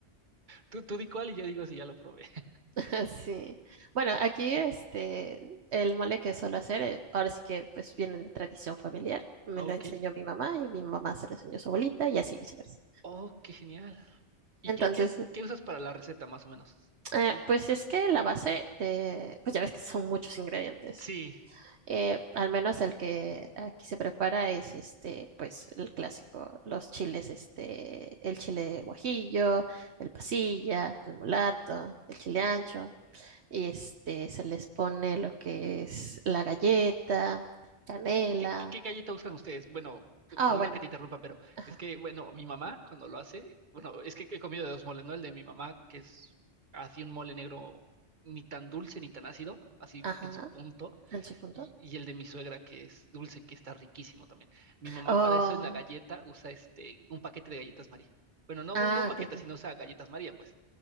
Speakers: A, on the right; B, on the right.
A: Tú, tú di cuál y yo digo si ya lo probé. <laughs>
B: <laughs> Sí. Bueno, aquí este, el mole que suelo hacer, eh, ahora sí que pues viene de tradición familiar. Me
A: Ah,
B: lo
A: Ok.
B: enseñó mi mamá y mi mamá se lo enseñó a su abuelita y así viceversa.
A: Oh, qué genial. ¿Y
B: Entonces,
A: qué, qué, qué usas para la receta, más o menos?
B: eh,
A: ¿Cuál?
B: pues es que la base de, pues ya ves que son muchos ingredientes.
A: Sí,
B: Eh, al menos el que aquí se prepara es este, pues el clásico, los chiles, este, el chile guajillo, el pasilla, el mulato, el chile ancho, y este se les pone lo que es la galleta, canela.
A: ¿Qué, qué galleta usan ustedes? Bueno, eh,
B: Ah,
A: perdona
B: bueno,
A: que te interrumpa, pero
B: ajá,
A: es que, bueno, mi mamá cuando lo hace, bueno, es que he comido de dos moles, ¿no? El de mi mamá, que es así un mole negro ni tan dulce ni tan ácido, así
B: ajá,
A: en su punto,
B: en su punto.
A: y, y el de mi suegra, que es dulce, que está riquísimo también. Mi mamá
B: Oh,
A: para eso en la galleta usa este, un paquete de galletas María. Bueno, no,
B: ah,
A: un- no un paquete,
B: ok, ok.
A: sino usa galletas María, pues.